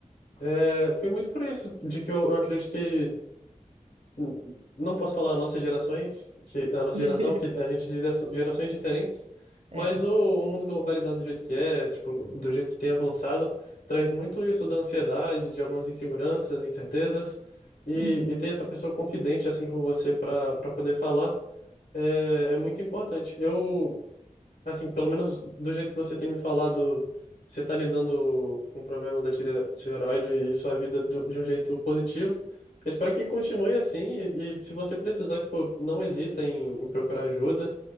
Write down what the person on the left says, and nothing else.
é, foi muito por isso, de que eu, eu acredito que n- não posso falar nossas gerações, que a nossa
geração, que a gente é de gera- gerações diferentes,
mas o, o mundo globalizado do jeito que é, tipo, do jeito que tem avançado, traz muito isso da ansiedade, de algumas inseguranças, incertezas, e,
e ter essa pessoa confidente assim como você para para poder falar é, é muito importante. Eu Assim, pelo menos do jeito que você tem me falado, você tá lidando com o problema da tire- tireoide e sua vida do- de um jeito positivo. Eu espero que continue assim e, e se você precisar, tipo, não hesita em, em procurar ajuda